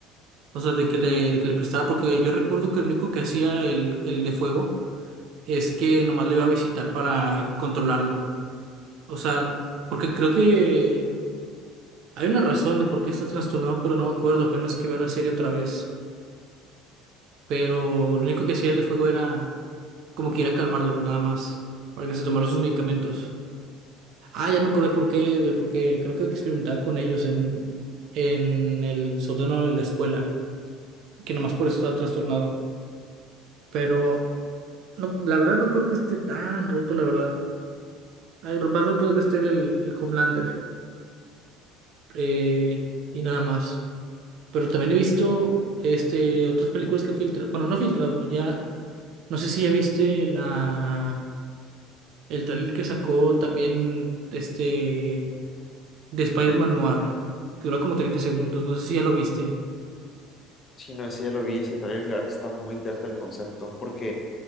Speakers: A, on the right; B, on the left.
A: O sea, de que le, de que le prestara, porque yo recuerdo que lo único que hacía el, el de fuego es que nomás lo iba a visitar para controlarlo. O sea, porque creo que hay una razón de por qué está trastornado, pero no me acuerdo, apenas que veo la serie otra vez. Pero lo único que hacía el de fuego era como que ir a calmarlo, nada más, para que se tomara sus medicamentos. Ah, ya me acordé por qué, de- porque creo que experimentaban con ellos en, en el sótano de la escuela, que nomás por eso estaba trastornado. Pero no, la verdad no creo que esté tan roto, la verdad. Ay, lo más roto debe estar el, el Homelander eh, y nada más. Pero también he visto este, otras películas que filtra, bueno, no filtrado, ya, no sé si ya viste la, el trailer que sacó también este de Spider-Man Noir, que dura como 30 segundos, no sé si ya lo viste.
B: Si no, ese ya lo vi, ese trailer, y la verdad que está muy interesante el concepto, porque